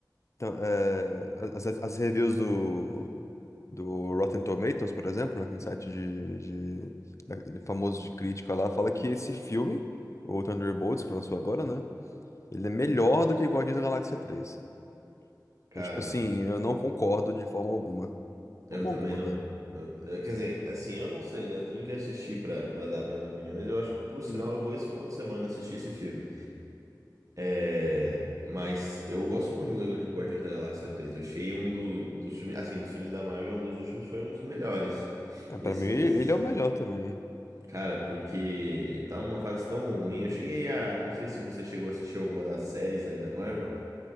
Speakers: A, on the left (about 40°); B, on the right (about 50°).
A: Então, é, as, as- as reviews do, do Rotten Tomatoes, por exemplo, né, que é um site de, de- da- de famoso de crítica lá, fala que esse filme, o Thunderbolts, que lançou agora, né? Ele é melhor do que Guardiões da Galáxia três
B: Cara,
A: Então, tipo assim, eu não concordo de forma alguma.
B: eu
A: Forma
B: também
A: alguma,
B: não.
A: velho.
B: Eu- eu- quer dizer, assim, eu não sei, né? Eu tenho que assistir pra, pra dar minhas opiniões. Eu acho que, por sinal,
A: Uhum.
B: eu vou esse final de semana assistir esse filme. É, mas eu gosto muito de Guardi- Guardiões da Galáxia três Eu achei um do- dos filmes, assim, dos filmes da Marvel, um dos últimos foi um dos melhores
A: É,
B: desses.
A: pra mim, ele é o melhor também.
B: Cara, porque tá numa fase tão ruim. Eu cheguei a. Não sei se você chegou a assistir alguma das séries aí da Marvel.